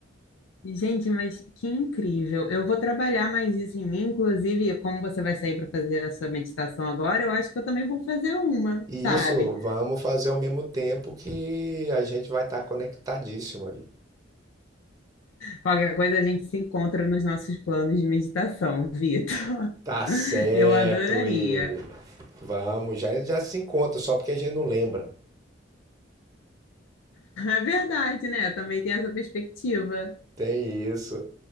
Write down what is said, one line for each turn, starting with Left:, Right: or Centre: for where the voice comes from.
Left: Gente, mas que incrível. Eu vou trabalhar mais isso em mim, inclusive, como você vai sair para fazer a sua meditação agora, eu acho que eu também vou fazer uma,
Right: E
Left: sabe?
Right: isso vamos fazer ao mesmo tempo que a gente vai estar conectadíssimo aí.
Left: Qualquer coisa a gente se encontra nos nossos planos de meditação, Vitor.
Right: Tá certo,
Left: <laughs> Eu adoraria.
Right: Ive. Vamos, já, já se encontra, só porque a gente não lembra.
Left: É verdade, né? Também tem essa perspectiva.
Right: Tem isso.